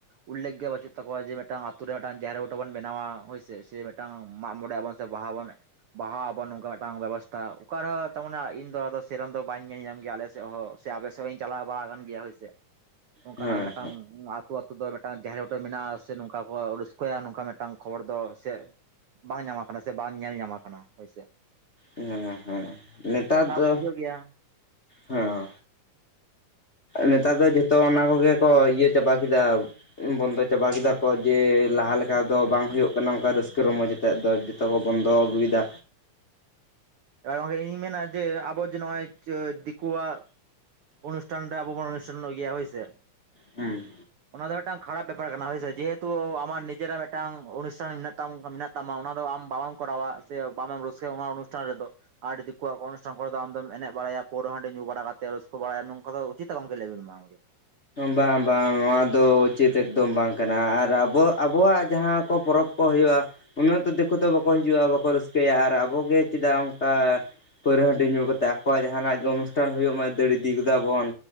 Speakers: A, on the right; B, on the left.
A: ᱩᱞᱮᱠᱷ ᱜᱮ ᱵᱟᱹᱪᱩᱜ ᱛᱟᱠᱚᱣᱟ, ᱡᱮ ᱢᱤᱫᱴᱟᱝ ᱟᱛᱩ ᱨᱮ ᱢᱤᱫᱴᱟᱝ ᱡᱟᱦᱮᱨ ᱵᱩᱴᱟᱹ ᱵᱚᱱ ᱵᱮᱱᱟᱣᱟ ᱦᱳᱭ ᱥᱮ᱾ ᱥᱮ ᱢᱤᱫᱟᱝ ᱢᱟᱜ ᱢᱚᱸᱬᱮ ᱟᱵᱚᱱ᱾ ᱛᱮ ᱵᱟᱦᱟ ᱵᱚᱱ ᱵᱟᱦᱟ ᱟᱵᱚᱱ ᱱᱚᱝᱠᱟ ᱢᱤᱫᱴᱟᱝ ᱵᱮᱵᱚᱥᱛᱷᱟ ᱚᱠᱟ ᱨᱮᱦᱚᱸ ᱛᱮᱢᱚᱱ ᱱᱟᱜ ᱤᱧᱫᱚ ᱟᱫᱚ ᱥᱮᱨᱚᱢ ᱫᱚ ᱵᱟᱹᱧ ᱧᱮᱞ ᱧᱟᱢ ᱜᱮᱭᱟ ᱟᱞᱮ ᱥᱮ ᱚᱸᱦᱚᱜ ᱥᱮ ᱟᱯᱮ ᱥᱮᱫ ᱦᱚᱸᱧ ᱪᱟᱞᱟᱣ ᱵᱟᱲᱟ ᱠᱟᱱ ᱜᱮᱭᱟ ᱦᱳᱭ ᱥᱮ᱾ ᱚᱱᱠᱟ
B: ᱦᱮᱸ
A: ᱱᱟᱜ ᱢᱤᱫᱴᱟᱝ ᱟᱹᱛᱩ, ᱟᱹᱛᱩ ᱫᱚ ᱢᱤᱫᱴᱟᱝ ᱡᱟᱦᱮᱨ ᱵᱩᱴᱟᱹ ᱢᱮᱱᱟᱜᱼᱟ᱾ ᱥᱮ ᱱᱚᱝᱠᱟᱱ ᱠᱚ ᱚᱠᱚᱭ ᱟᱜ ᱱᱚᱝᱠᱟ ᱢᱤᱫᱴᱟᱝ ᱠᱷᱚᱵᱚᱨ ᱫᱚ ᱥᱮ ᱵᱟᱝ ᱧᱟᱢᱟ ᱠᱟᱱᱟ ᱥᱮ ᱵᱟᱝ ᱧᱮᱞ ᱧᱟᱢᱟ ᱟᱠᱟᱱᱟ ᱦᱳᱭ ᱥᱮ᱾
B: ᱦᱮᱸ, ᱦᱮᱸ ᱱᱮᱛᱟᱨ ᱫᱚ
A: ᱵᱩᱡᱷᱟᱹᱜ ᱜᱮᱭᱟ
B: ᱦᱮᱸ᱾ ᱱᱮᱛᱟᱨ ᱫᱚ ᱡᱚᱛᱚ ᱚᱱᱟ ᱠᱚᱜᱮ ᱠᱚ ᱤᱭᱟᱹ ᱪᱟᱵᱟ ᱠᱮᱫᱟ᱾ ᱵᱚᱱᱫᱚ ᱪᱟᱵᱟ ᱠᱮᱫᱟ ᱠᱚ, ᱡᱮ ᱞᱟᱦᱟ ᱞᱮᱠᱟ ᱫᱚ ᱵᱟᱝ ᱦᱳᱭᱳᱜ ᱠᱟᱱᱟ ᱚᱱᱠᱟ ᱨᱟᱹᱥᱠᱟᱹ ᱨᱚᱸᱢᱚᱡᱽ ᱟᱛᱮᱫ ᱫᱚ᱾ ᱡᱷᱚᱛᱚ ᱠᱚ ᱵᱚᱱᱫᱚ ᱟᱹᱜᱩᱭᱫᱟ᱾
A: ᱟᱨ ᱜᱚᱝᱠᱮ ᱤᱧ ᱢᱮᱱᱟ ᱡᱮ ᱟᱵᱚ ᱡᱮ ᱱᱚᱸᱜ-ᱚᱭ ᱫᱤᱠᱩᱣᱟᱜ ᱚᱱᱩᱥᱴᱷᱟᱱ ᱨᱮ ᱟᱵᱚ ᱵᱚᱱ ᱚᱱᱩᱥᱴᱷᱟᱱᱚᱜ ᱜᱮᱭᱟ ᱦᱳᱭ ᱥᱮ᱾
B: ᱦᱮᱸ᱾
A: ᱚᱱᱟ ᱫᱚ ᱢᱤᱫᱴᱟᱝ ᱠᱷᱟᱨᱟᱯ ᱵᱮᱯᱟᱨ ᱠᱟᱱᱟ ᱦᱳᱭᱥᱮ᱾ ᱡᱮᱦᱮᱛᱩ ᱟᱢᱟᱜ ᱱᱤᱡᱮᱨᱟᱜ ᱢᱤᱫᱴᱟᱝ ᱚᱱᱩᱥᱴᱷᱟᱱ ᱢᱮᱱᱟᱜ ᱛᱟᱢ ᱢᱮᱱᱟᱜ ᱛᱟᱢᱟ᱾ ᱚᱱᱟ ᱫᱚ ᱟᱢ ᱵᱟᱵᱟᱢ ᱠᱚᱨᱟᱣᱟ ᱥᱮ ᱵᱟᱢᱮᱢ ᱨᱟᱹᱥᱠᱟᱹᱭ-ᱟ ᱚᱱᱟ ᱚᱱᱩᱥᱴᱷᱟᱱ ᱨᱮᱫᱚ᱾ ᱟᱨ ᱫᱤᱠᱩᱣᱟᱜ ᱚᱱᱩᱥᱴᱷᱟᱱ ᱠᱚᱨᱮ ᱟᱢᱫᱚᱢ ᱮᱱᱮᱡ ᱵᱟᱲᱟᱭᱟ ᱯᱟᱹᱣᱨᱟᱹ, ᱦᱟᱸᱰᱤ ᱧᱩᱲᱟ ᱠᱟᱛᱮ ᱨᱟᱹᱥ ᱠᱟ ᱵᱟᱲᱟᱭᱟ ᱱᱚᱝᱠᱟ ᱫᱚ ᱩᱪᱤᱛᱟ ᱜᱚᱝᱠᱮ ᱞᱟᱹᱭ ᱵᱤᱱ ᱢᱟ ᱜᱚᱝᱠᱮ?
B: ᱵᱟᱝ ᱵᱟᱝ ᱱᱚᱣᱟ ᱫᱚ ᱩᱪᱤᱛ ᱮᱠᱫᱚᱢ ᱵᱟᱝ ᱠᱟᱱᱟ᱾ ᱟᱨ ᱟᱵᱚ ᱟᱵᱚᱣᱟᱜ ᱡᱟᱦᱟ ᱠᱚ ᱯᱚᱨᱚᱵᱽ ᱠᱚ ᱦᱳᱭᱳᱜ-ᱟ, ᱩᱱᱟᱹᱜ ᱫᱚ ᱫᱤᱠᱩ ᱫᱚ ᱵᱟᱠᱚ ᱦᱤᱡᱩᱜ-ᱟ ᱵᱟᱠᱚ ᱨᱟᱹᱥᱠᱟᱹᱭ-ᱟ ᱟᱨ ᱟᱵᱚᱜᱮ ᱪᱮᱫᱟᱜ ᱚᱱᱠᱟ ᱯᱟᱹᱨᱟᱹ ᱦᱟᱺᱰᱤ ᱧᱩ ᱠᱟᱛᱮᱫ ᱟᱠᱚᱣᱟᱜ ᱡᱟᱦᱟᱱᱟᱜ ᱜᱮ ᱚᱱᱩᱥᱴᱷᱟᱱ ᱦᱩᱭᱩᱜ ᱢᱟ ᱫᱟᱲ ᱤᱫᱤ ᱜᱮᱫᱟ ᱵᱚᱱ